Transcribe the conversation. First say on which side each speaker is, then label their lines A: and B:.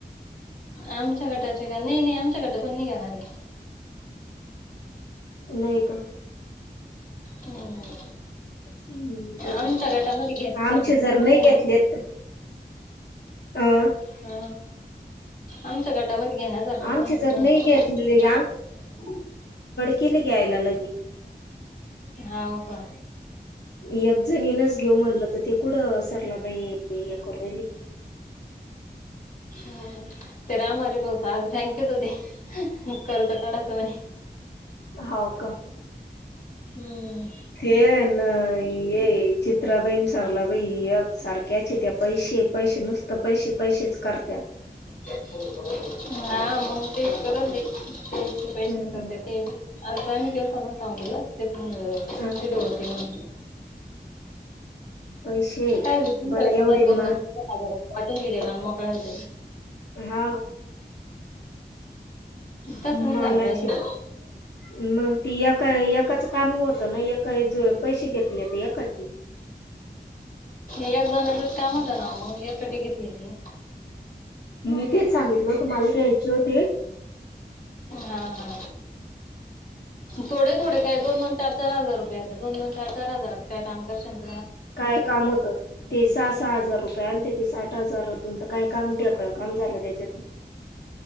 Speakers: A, on the left; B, on the left.
A: आमच्या गटाचे नाही नाही आमच्या गटाचे कोणीणी गाणारे
B: नाही का
A: ह् नाहीय
B: हम्म, बरं
A: आमच्या गटामध्ये घ्याण्यासारखं
B: आमचे
A: कोुणीच
B: जर
A: नाही ना
B: घेतलेत अ
A: हा आमच्या गटामध्ये घेण्यासारखं
B: आमची
A: कोणीच
B: जर
A: नाही ना
B: घेतली केलं ग्यायला लगे
A: हाव का
B: एक जणीनच घेऊ म्हणलं तर ते कुढं सरला बाई कोरोवली
A: हम्म ते रामर बहत आ थँक यू त ते कचो काढाच म्हणी
B: हो का
A: हम्म
B: हे ना ये चित्राबाईन सरलाबाई सारख्याचे त्या पैसे पैसे नुसतं पैसे पैसेच करत्या
A: हा मग तेच क ते पैसेत
B: हम्म
A: ते अ सायमिक केलस न संगला ति तिड
B: अं,
A: होतेे म
B: पैसे
A: काय तुमच्याता
B: बरं एवढे
A: दोन
B: मा
A: दोनार वाटून घेते काण मोकळ्या होत
B: हा
A: तसं नाही
B: मलाज
A: झालं पाहिजे मग
B: मग ती एका एकाच काम होतं ना एका पैसे घेतले एकाी
A: एक जणचच काम होत ना मग यासाठी घेतली की
B: मी तेच सांगितलं तुम्हाला घ्यायचे होते
A: हा हा थोडे थोडे काय दोन दोन चार चार हजार रुपये दोन दोन चार चार हजारात काय काम कर शक
B: काय काम होतं ते सहा सहा हजार रुपये आले ते ते साठ हजारातून तर काय काम टकळ काम झालं त्याच्यातून